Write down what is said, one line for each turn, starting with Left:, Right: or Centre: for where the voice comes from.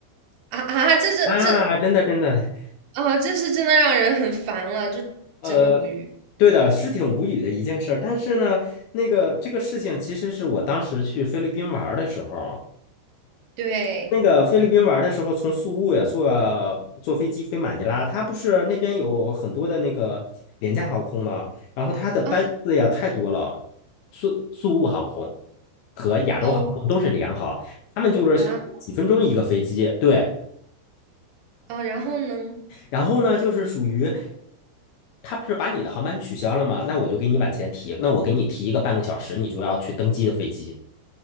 Right: 啊啊，这这这
Left: 啊，真的真的，
Right: 啊，这是真的让人很烦了，就真的无语。
Left: 呃，对的，是挺无语的一件事儿。但是呢，那个这个事情其实是我当时去菲律宾玩儿的时候。
Right: 对，
Left: 那个菲律宾玩的时候，从宿务呀坐坐飞机飞马尼拉，它不是那边有很多的那个廉价航空吗？然后它的班次呀太多了，
Right: 啊，
Left: 宿宿务航空和亚洲航空都是联航，
Right: 哦，
Left: 他们就是差不多几分钟一个飞机，
Right: 啊，
Left: 对，
Right: 哦，然后呢？
Left: 然后呢就是属于。他不是把你的航班取消了吗？那我就给你往前提，那我给你提一个半个小时，你就要去登机的飞机。